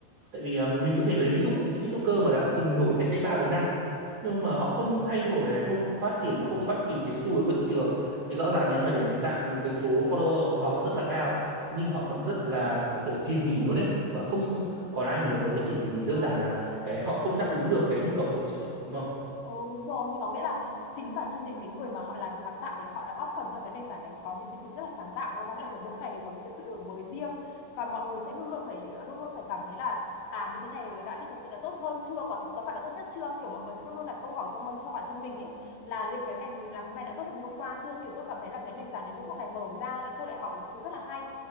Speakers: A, on the right (about 65°); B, on the left (about 85°).
A: Tại vì à, mình có thể lấy ví dụ những cái TikToker mà đã từng nổi cách đây 3 4 năm nhưng mà họ không thay đổi này, không phát triển và không bắt kịp cái xu hướng của thị trường thì rõ ràng đến thời điểm hiện tại dù cái số follower của họ rất là cao nhưng họ vẫn rất là kiểu chìm nghỉm luôn ấy và không còn ai nhớ tới chỉ vì đơn
B: đúng
A: giản là cái họ không đáp ứng được cái nhu cầu của thị trường đúng không?
B: Ừ, đúng rồi thì có nghĩa là chính bản thân những cái người mà họ làm sáng tạo đấy họ đã góp phần cho cái nền tảng đấy có những cái thứ rất là sáng tạo đúng không? Có nghĩa là kiểu mỗi ngày đều có những cái sự đổi mới riêng và mọi người sẽ luôn luôn phải luôn luôn phải cảm thấy là à như thế này đã là thật sự là tốt hơn chưa còn có phải là tốt nhất chưa kiểu mọi người sẽ luôn luôn đặt câu hỏi cho mình cho bản thân mình ấy là liệu cái ngày mình làm hôm nay đã tốt hơn ngày hôm qua chưa kiểu tôi cảm thấy là cái nền tảng này mỗi một ngày mở ra tôi lại học những thứ rất là hay